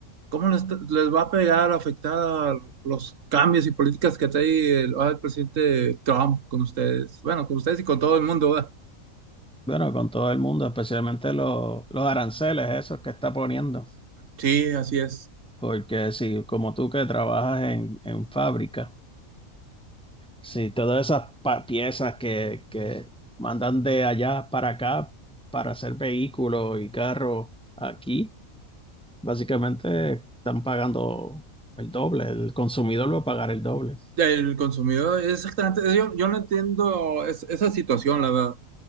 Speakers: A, on the right; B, in the centre.
A: cómo les, les va a pegar, afectar los cambios y políticas que trae el, ah, el presidente Trump con ustedes, bueno, con ustedes y con todo el mundo, ¿verdad?
B: Bueno, con todo el mundo, especialmente los, los aranceles, esos que está poniendo.
A: Sí, así es.
B: Porque si, como tú que trabajas en, en fábrica, si todas esas pa- piezas que, que mandan de allá para acá para hacer vehículos y carros aquí, básicamente están pagando el doble, el consumidor va a pagar el doble.
A: El consumidor, exactamente, yo, yo no entiendo es- esa situación, la verdad.